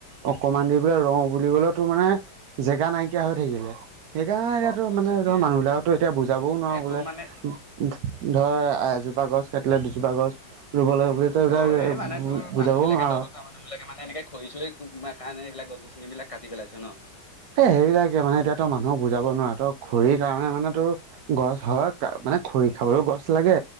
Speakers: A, on the right (about 65°); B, on the left (about 30°).
A: অকমান দেৰি বোলে ৰ বুলিবলে তোৰ মানে, জেগা নাইকিয়া হৈ থাকিলে। সেইকাৰণে এতিয়াতো
B: অ অ অ
A: মানে
B: ঠিকে
A: ধৰা মানুহবিলাকতো এতিয়া বুজাব নোৱাৰো
B: এ
A: বোলে
B: তোৰ মানে
A: ধৰ, এ এজোপা গছ কাটিলে দুজোপা গছ ৰুব লাগে বুলি, তই এইবিলাক
B: অ এই মানে তোৰ
A: বুজাবও
B: মানুহ বিলাকে
A: নোৱাৰ।
B: তহঁতৰ তাৰ মানুহ বিলাকে মানে এনেকে খৰি চৰি কাৰণে এইবাক গছ চিনি বিলাক কাটি পেলাইছে ন।
A: এ সেইবিলাকে মানে এতিয়া তই মানুহক বুজাব নোৱাৰে, ত খৰি কাৰণে মানে তোৰ গছ হয়, মানে খৰি খাবলৈও গছ লাগে,